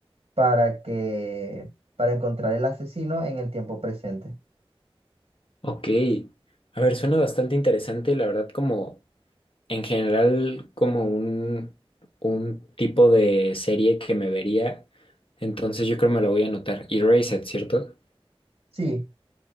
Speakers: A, on the right; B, on the left.
A: para que, para encontrar el asesino en el tiempo presente.
B: ok. A ver, suena bastante interesante, la verdad, como en general, como un, un tipo de serie que me vería. Entonces yo creo me la voy a anotar. Erased, ¿cierto?
A: Sí,